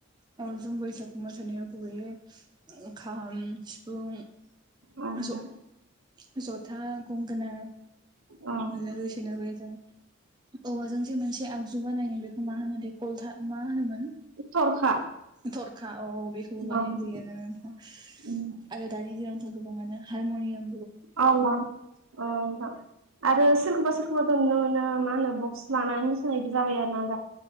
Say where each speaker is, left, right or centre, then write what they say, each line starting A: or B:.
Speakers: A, on the right (about 20°); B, on the right (about 75°).
A: अ जों बैसागु मोसानायाव गुबैयै खाम सिफुं
B: अ नोंथां
A: ज जथा गंगोनां
B: अ
A: लोगोसेनो बे जों औवाजोंसो मोनसे आग जु <unintelligible> गा नायोन बेखौ मा होनो देथ मा होनोमोन
B: थरखा
A: थरखा औ बिखौ बाहायनाजायो
B: औ
A: आरो नोंथां
B: औ
A: दानि दिनावथ गोबाङानो हारम'नियाम
B: औ औ आरो सोरखौबा सोरखौबाथ' नुनो मोनो बक्स लानानै मोसानायबो जाबाय आरो न